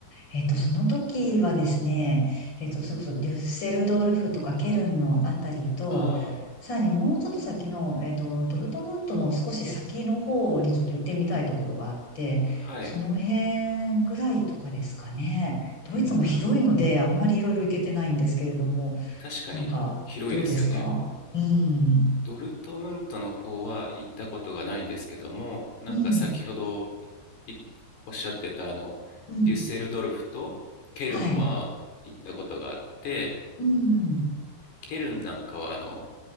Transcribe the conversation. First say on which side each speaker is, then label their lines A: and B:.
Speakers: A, on the left; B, on the left.
A: えっと、その時はですね、えっと、それこそデュッセルドルフとかケルンのあたりと、
B: あ
A: さらにもうちょっと先の、えっと、ドルトムントの少し先の方にちょっと行ってみたいところがあって、
B: あーはい
A: その辺ぐらいとかですかね。ドイツも広いので、
B: うんうん
A: あんまりいろいろ行けてないんですけれども、
B: 確かに広いですよね
A: なんか、どうですかうん。
B: ドルトムントの方は行ったことがないんですけどもなんか先ほど
A: うん。
B: いおっしゃってたあのデュッセルドルフとケルンは行ったことがあって
A: うん。はい。うん。
B: ケルンなんかはあの、